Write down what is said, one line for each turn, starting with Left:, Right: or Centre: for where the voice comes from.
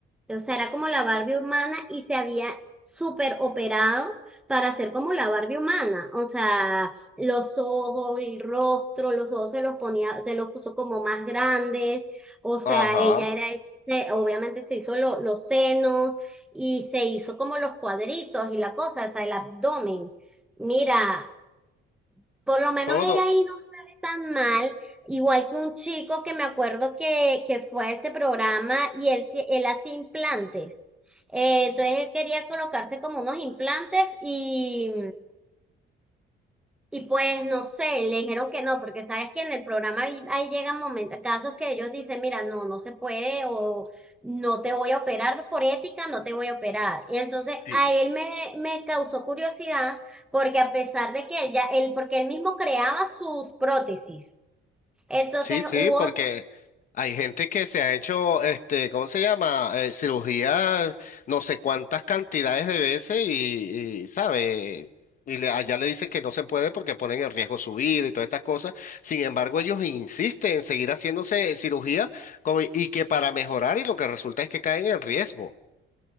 Centre: O sea, era como la Barbie humana y se había súper operado para ser como la Barbie humana. O sea, los ojos, el rostro, los ojos se los ponía, se los puso como más grandes. O sea,
Left: ajá.
Centre: ella era, se- obviamente se hizo lo- los senos y se hizo como los cuadritos y la cosa, o sea, el abdomen. Mira, por lo menos
Left: Todo.
Centre: ella ahí no se ve tan mal, igual que un chico que me acuerdo que, que fue a ese programa y él, sí- él hace implantes. Eh, entonces él quería colocarse como unos implantes y, y pues no sé, le dijeron que no, porque sabes que en el programa ahí, ahí llegan momentos, casos que ellos dicen, mira, no, no se puede o no te voy a operar por ética, no te voy a operar. Y entonces
Left: sí.
Centre: a él me, me causó curiosidad porque a pesar de que él ya, él, porque él mismo creaba sus prótesis, entonces
Left: Sí, sí,
Centre: hubo
Left: porque hay gente que se ha hecho, este, ¿cómo se llama? Eh, cirugía no sé cuántas cantidades de veces y, y, ¿sabe? Y le- allá le dicen que no se puede porque ponen en riesgo su vida y todas estas cosas. Sin embargo, ellos insisten en seguir haciéndose cirugía como- y que para mejorar y lo que resulta es que caen en riesgo.